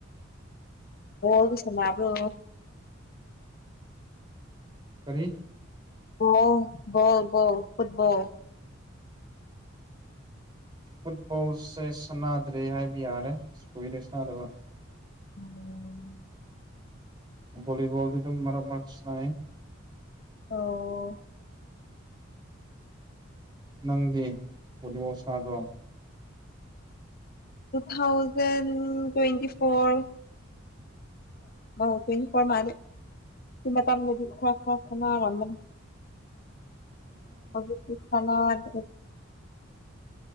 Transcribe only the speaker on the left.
ꯍ ꯑꯗꯨ ꯁꯃꯕ꯭ꯔꯣ
ꯑꯣ ꯕꯣꯜ ꯕꯣꯜ ꯐꯨꯠꯕꯣꯜ
ꯎꯝ
ꯑꯣ
ꯇꯨ ꯊꯥꯎꯖꯟ ꯇ꯭ꯋꯦꯟꯇꯤ ꯐꯣꯔ ꯍ ꯀꯔ ꯃꯥꯅꯤꯦ ꯁꯤ ꯃꯇꯝꯗꯗꯤ ꯈꯔ ꯈꯔ ꯈ ꯅꯥꯔꯝꯕꯅꯤ
ꯑꯣ ꯊꯅꯗꯗ